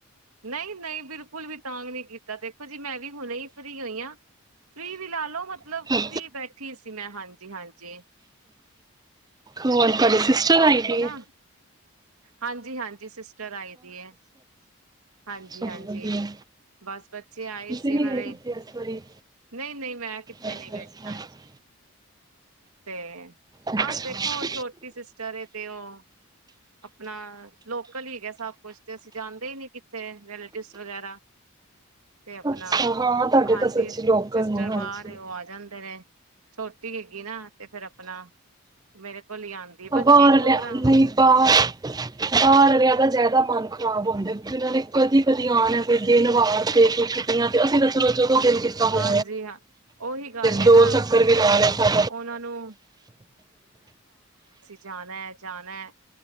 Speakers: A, on the right; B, on the right.
A: ਨਹੀਂ ਨਹੀਂ ਬਿਲਕੁਲ ਵੀ ਤਾਂਗ ਨੀ ਕੀਤਾ ਦੇਖੋ ਜੀ ਮੈਂ ਵੀ ਹੁਣੇ ਹੀ ਫ੍ਰਰੀ ਹੋਈ ਹਾਂ ਫ੍ਰੀ ਵੀ ਲਾ ਲੋ ਮਤਲਬ
B: ਅੱਛਾ
A: ਫਰੀ ਬੈਠੀ ਸੀ ਮੈਂ ਹਾਂਜੀ ਜੀ ਹਾਂਜੀ
B: ਹੋਰ ਤੁਹਾਡੇ
A: ਹਾਂਜੀ
B: ਸਿਸਟਰ
A: ਕਿਉਂਕਿ
B: ਆਈ ਪਈ
A: ਨਾ ਹਾਂਜੀ ਹਾਂਜੀ ਸਿਸਟਰ ਆਈ ਪਈ ਹੈ ਹਾਂਜੀ
B: ਚਲੋ
A: ਹਾਂਜੀ
B: ਵਧੀਆ
A: ਬਸ ਬੱਚੇ ਆਏ
B: ਤੁਸੀਂ
A: ਸੀ
B: ਨਹੀਂ
A: ਉਹਨਾਂ
B: ਗਏ
A: ਦੇ
B: ਕਿੱਥੇ ਇਸ ਵਾਰੀ
A: ਨਹੀਂ ਨਹੀਂ ਮੈਂ ਕਿੱਥੇ
B: ਅੱਛਾ
A: ਨੀ ਗਈ
B: ਅੱਛਾ
A: ਹਾਂਜੀ ਤੇ
B: ਅੱਛਾ
A: ਬਸ ਦੇਖੋ ਛੋਟੀ ਸਿਸਟਰ ਤੇ ਉਹ ਆਪਣਾ ਲੋਕਲ ਹੀ ਹੇਗੇ ਸਭ ਕੁਛ ਤੇ ਅਸੀਂ ਜਾਂਦੇ ਹੀ ਨ ਕਿੱਥੇ ਰਲੇਟਿਵਸ ਵਗੈਰਾ ਤੇ ਆਪਣਾ
B: ਅੱਛਾ ਹਾਂ ਤੁਹਾਡੇ
A: ਹਾਂਜੀ
B: ਤਾਂ ਸੱਚੀ
A: ਸਿਸਟਰ
B: ਲੋਕਲ ਨੇ ਹਾਂਜੀ
A: ਬਾਹਰ ਉਹ ਆ ਜਾਂਦੇ ਨੇ ਛੋਟੀ ਹੈਗੀ ਨਾ ਤੇ ਫੇਿਰ ਆਪਣਾ ਮੇਰੇ ਕੋਲ ਹੀ ਆਂਦੀ ਬੱਚੇ
B: ਬਾਹਰ
A: ਇੱਕੋ
B: ਲਿਆ ਆਉਣ
A: ਭਰਾ
B: ਬਾਹਰ ਬਾਹਰ ਦਾ ਜ਼ਿਆਦਾ ਮਨ ਖ਼ਰਾਬ ਹੁੰਦਾ ਉਹਨਾਂ ਨੇ ਕਦੀ ਕਦੀ ਆਣਾ ਹੈ ਕੋਈ ਦਿਨ ਵਾਰ ਤੇ ਕੁਛਆਂ ਤੇ ਅਸੀਂ ਰੋ ਦੋ ਨ ਕੀਤਾ
A: ਹਾਂਜੀ-ਹਾਂਜੀ
B: ਹੋਣ
A: ਹਾਂ ਉਹੀ ਗੱਲ ਏ
B: ਦੋ
A: ਨਾ
B: ਚੱਕਰ ਵੀ ਲਾ ਲਾਦਾ
A: ਉਹਨਾਂ ਨੂੰ ਜਾਣਾ ਹੈ ਜਾਣਾ ਹੈ